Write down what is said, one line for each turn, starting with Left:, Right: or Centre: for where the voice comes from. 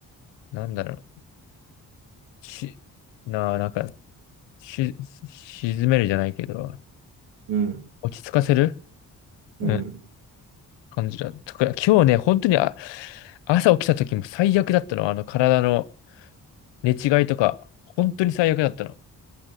Left: なんだろう。し、な、なんか、し、沈めるじゃないけど、
Right: うん、
Left: 落ち着かせる
Right: うん。
Left: うん感じだったから、今日ね、本当にあ、朝起きた時も最悪だったの。あの、体の寝違いとか、本当に最悪だったの。